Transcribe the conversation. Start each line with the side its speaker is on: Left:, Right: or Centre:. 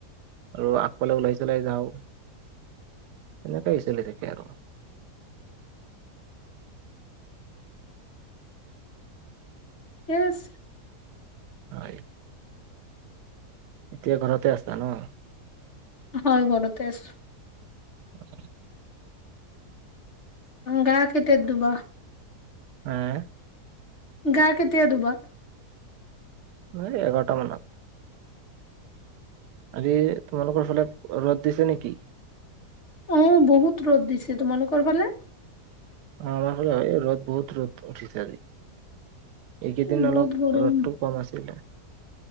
Right: আৰু আগফালে ওলাই চলাই যাওঁ তেনেকাই চলি থাকে আৰু
Left: এজ
Right: হয় এতিয়া ঘৰতে আছা ন
Left: হয় ঘৰতে আছ
Right: অ
Left: গা কেতিয়া দুবা
Right: হম
Left: গা কেতিয়া ধোবা
Right: এই এঘাৰটা মানত আজি, তোমালোকৰ ফালে ৰ'দ দিছে নেকি।
Left: অ', বহুত ৰ'দ দিছে তোমালোকৰ ফালে।
Right: অ, আমাৰফালেও এ ৰ'দ বহুত ৰ'দ উঠিছে আজি। এইকেইদিন
Left: বহুত
Right: অলপ
Left: গৰম
Right: ৰ'দটো কম আছিলে।